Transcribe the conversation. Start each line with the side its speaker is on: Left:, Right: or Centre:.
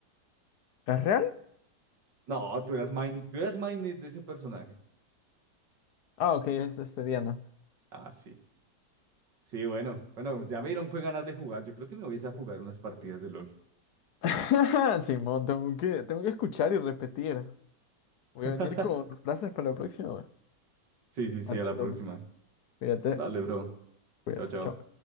Left: ¿Es real?
Right: No, tú eras main, tú eras main de de ese personaje.
Left: Ah, ok, es este Diana.
Right: Ah, sí. Sí, bueno, bueno, ya me dieron pues ganas de jugar. Yo creo que me voy a ir a jugar unas partidas de LOL.
Left: <laughs> Simón, tengo que, tengo que escuchar y repetir.
Right: <laughs>
Left: Voy a venir con frases para la próxima.
Right: Sí, sí, sí,
Left: Atento,
Right: a la próxima.
Left: pues. Cuídate,
Right: Dale, bro.
Left: cuídate,
Right: Chao, chao.
Left: chao.